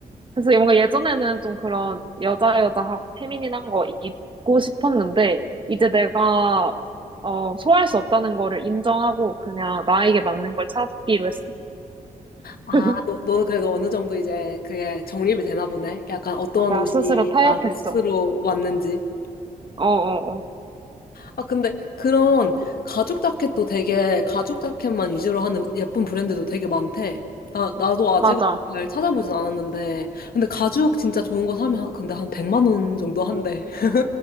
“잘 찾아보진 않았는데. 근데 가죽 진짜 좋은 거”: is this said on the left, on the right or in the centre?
Left